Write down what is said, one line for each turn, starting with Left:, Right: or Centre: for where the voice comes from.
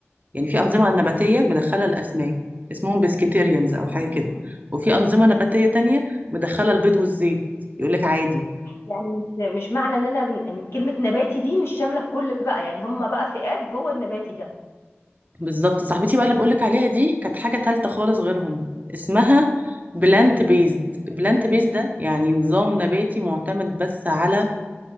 Right: يعني في انظمه نباتيه مدخله الاسماك اسمهم بسكيتيريانز او
Left: اه
Right: حاجه كده وفي انظمه نباتيه تانية مدخله البيض والزيت يقول لك عادي
Left: يعني مش مش معنى ان انا بن- كلمه نباتي دي مش شامله الكل بقى يعني هم بقى فئات جوه النباتي ده
Right: بالظبط صاحبتي بقى اللي بقولك عليها دي كانت حاجة تالتة خالص غيرهم اسمها بلانت بيزد بلانت بيزد ده يعني نظام نباتي معتمد بس على